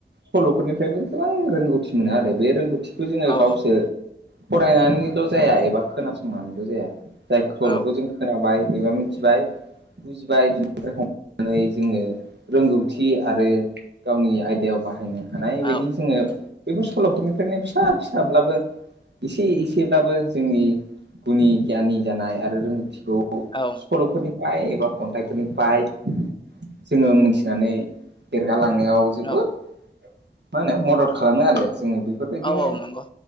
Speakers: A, on the right; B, on the left.
A: सल'फोरनिफ्रायबो गोबां रोंगौथि मोनो आरो बे रोंगौथिखौ जोङो
B: औ
A: गावसोर फरायनानैल' जाया एबा खोनासंनानैल' जाया जाय सल'खौ
B: औ
A: जों खोनाबाय एबा मिथिबाय बुजिबाय बिनिफ्राय हमनानै जोङो रोंगौथि आरो गावनि आयदायाव बाहायनो हानाय बायदि
B: औ
A: जोङो बेफोर सल'फोरनिफ्रायनो फिसा फिसाब्लाबो एसे एसेब्लाबो जोंनि गुनि गियाननि जानाय आरो रोंगौथिखौ
B: औ
A: सल'फोरनिफ्राय एबा खन्थाइफोरनिफ्राय जोङो मोनथिनानै देरगालांनायाव जोबोद
B: औ
A: मा होनो मदद खालामो आरो जोङो। बेफोरबायदिनो
B: औ औ नंगौ